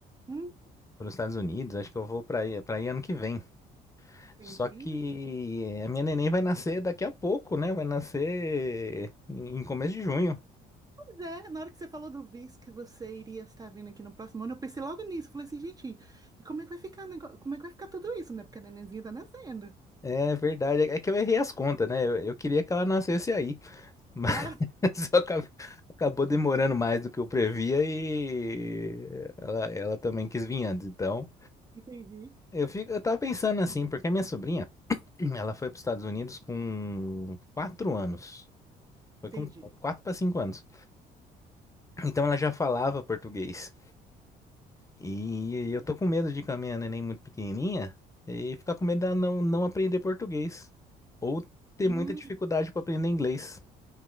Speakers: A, on the right; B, on the left.
A: Hum,
B: para os Estados Unidos. Acho que eu vou para aí, para aí ano que vem.
A: entendi.
B: Só que a minha neném vai nascer daqui a pouco, né? Vai nascer em em começo de junho.
A: Pois é, na hora que você falou do visto que você iria estar vindo aqui no próximo ano, eu pensei logo nisso. Falei assim, gente, e como é que vai ficar, o negó- como é que vai ficar tudo isso, né? Porque a nenenzinha tá nascendo.
B: É verdade. É que eu errei as contas, né? Eu, eu queria que ela nascesse aí. <laughs>
A: Ah, <laughs>
B: <laughs> Só acab- acabou demorando mais do que eu previa e ela, ela também quis vir antes. Então,
A: entendi.
B: eu fico, eu tava pensando assim, porque a minha sobrinha, <clears throat> ela foi para os Estados Unidos com quatro anos. Foi
A: Entendi.
B: com quatro para cinco anos. Então ela já falava português. E eu tô com medo de ir com a minha neném muito pequenininha e ficar com medo dela não, não aprender português. Ou ter
A: Hum,
B: muita dificuldade para aprender inglês.